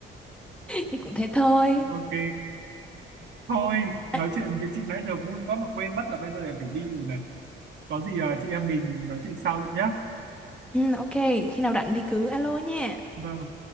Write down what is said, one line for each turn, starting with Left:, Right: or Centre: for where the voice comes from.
Centre: Thì cũng thế thôi.
Right: ok thôi nói
Centre: À,
Right: chuyện với chị nãy giờ vui quá mà quên mất là bây giờ em phải đi rồi này có gì à, chị em mình nói chuyện sau nhé
Centre: ừ, ok, khi nào rảnh thì cứ alo nha.
Right: Vâng.